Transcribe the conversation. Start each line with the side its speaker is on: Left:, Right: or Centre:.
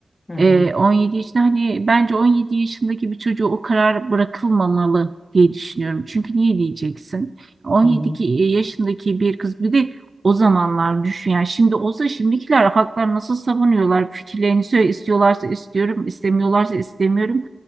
Left: Hı hı.
Right: Ee, 17 yaşında hani bence 17 yaşındaki bir çocuğu o karar bırakılmamalı diye düşünüyorum. Çünkü niye diyeceksin? 17
Left: Hı hı.
Right: ki- e, yaşındaki bir kız bir de o zamanlar düşün yani şimdi olsa şimdikiler haklar nasıl savunuyorlar fikirlerini söyle istiyorlarsa istiyorum istemiyorlarsa istemiyorum